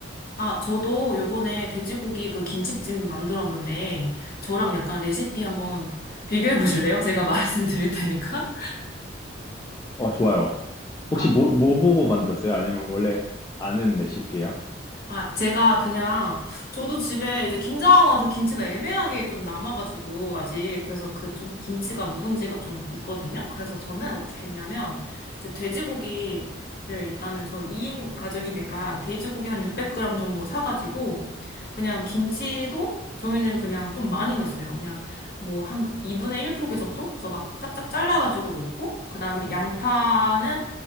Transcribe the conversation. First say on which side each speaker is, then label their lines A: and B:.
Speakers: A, on the left; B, on the left.
A: 아, 저도 요번에 돼지고기 그 김치찜 만들었는데, 저랑 약간 레시피 한번 비교해 보실래요? 제가 <laughs> 말씀드릴 테니까.
B: 어, 좋아요.
A: 아,
B: 혹시 뭐, 뭐 보고 만들었어요? 아니면 원래 아는 레시피예요?
A: 아, 제가 그냥, 저도 집에 이제 김장 와서 김치가 애매하게 좀 남아가지고, 아직. 그래서 그 좀 김치가 묵은지가 좀 있거든요? 그래서 저는 어떻게 했냐면, 이제 돼지고기를 일단은 저 2인 가족이니까 돼지고기 한 600g 정도 사가지고, 그냥 김치도 저희는 그냥 좀 많이 넣었어요. 그냥 뭐 한 2분의 1 포기 정도? 그래서 막 짝짝 잘라가지고 넣고, 그 다음에 양파는